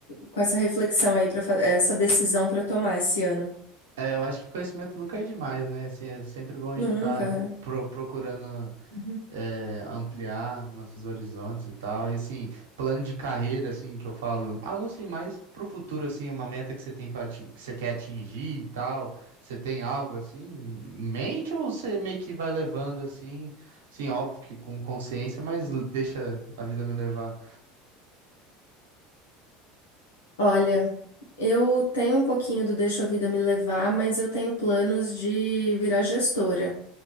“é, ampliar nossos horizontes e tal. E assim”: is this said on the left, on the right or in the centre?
Right